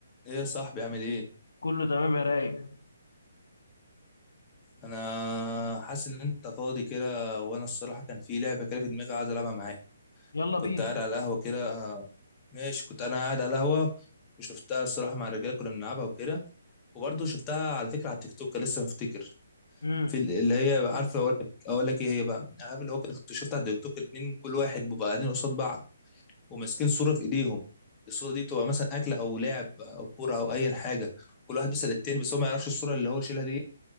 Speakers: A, on the left; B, on the left.
A: ايه يا صاحبي عامل ايه
B: كله تمام يا رايق
A: انا حاسس ان انت فاضي كده وانا الصراحه كان في لعبه كده في دماغي عايز العبها معاك
B: يلا
A: كنت
B: بينا
A: قاعد على القهوه كده ماشي كنت انا قاعد على القهوه وشفتها الصراحه مع الرجاله كنا بنلعبها وكده وبرضه شفتها على فكره على التيك توك لسه مفتكر
B: امم
A: في ال- اللي هي عارف اقول لك اقول لك ايه هي بقى عارف اللي هو كنت شفتها على التيك توك اتنين كل واحد بيبقى قاعدين قصاد بعض وماسكين صوره في ايديهم الصوره دي بتبقى مثلا اكل او لعب او كوره او اي حاجه كل واحد بيسال التاني بس هو ما يعرفش الصوره اللي هو شايلها دي